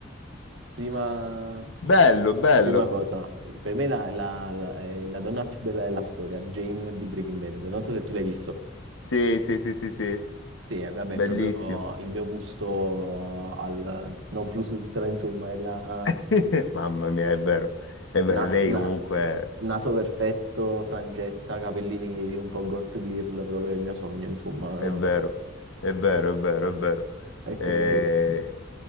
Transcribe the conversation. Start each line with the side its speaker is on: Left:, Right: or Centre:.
Right: Prima,
Left: Bello, bello.
Right: prima cosa, per me la, la- la- è la donna più bella della storia, Jane di Breaking Bad, non so se tu l'hai visto.
Left: Sì, sì, sì, sì, sì,
Right: Sì, eh, vabbè,
Left: bellissimo.
Right: è proprio il mio gusto al non plus ultra, insomma, è la
Left: <laughs> Mamma mia, è vero. È vero,
Right: na-
Left: Lei
Right: na-
Left: comunque
Right: naso perfetto, frangetta, capelli neri, un po' goth girl, proprio il mio sogno, insomma.
Left: è vero, è vero, è vero, è vero.
Right: E
Left: Eh,
Right: quindi questo.